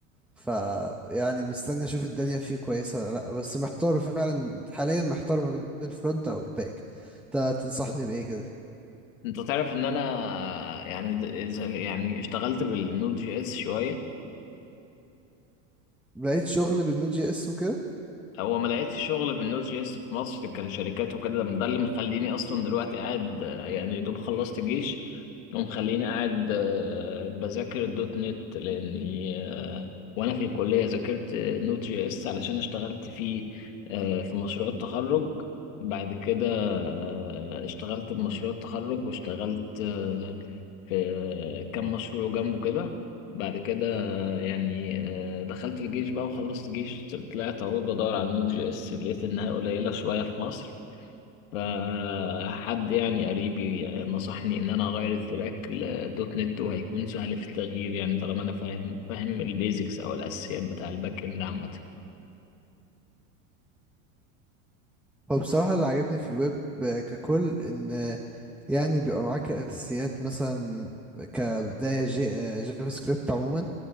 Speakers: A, in the centre; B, on the left.
A: فيعني مستني اشوف الدنيا فيه كويسة ولا لا بس محتار فعلا حاليا محتار ما بين الفرونت او الباك انت تنصحني بايه كده
B: انت تعرف ان انا يعني د- اذا يعني اشتغلت بالنود جي اس شويه
A: لقيت شغل بالنود جي اس وكده
B: هو ما لقيتش شغل بالنوت جي اس في مصر كشركات وكده ده اللي مخليني اصلا دلوقتي قاعد آه، يعني يا دوب خلصت جيش ومخليني قاعد آه، بذاكر الدوت نت لاني آه، وانا في الكليه ذاكرت نوت جي اس علشان اشتغلت فيه آه، في مشروع التخرج بعد كده آه، اشتغلت بمشروع التخرج واشتغلت آه، في كام مشروع جنبه كده بعد كده يعني آه، دخلت الجيش بقى وخلصت جيش طلعت اهو بدور على النود جي اس لقيت انها قليلة شوية في مصر فحد يعني قريبي نصحني ان انا اغير التراك لدوت نت وهيكون سهل في التغيير يعني طالما انا فاهم فاهم البيزكس او الاساسيات بتاع الباك اند عامة
A: هو بصراحة اللي عجبني في الويب ككل ان يعني بيبقى معاك اساسيات مثلا كبداية جي جافا سكريبت عموما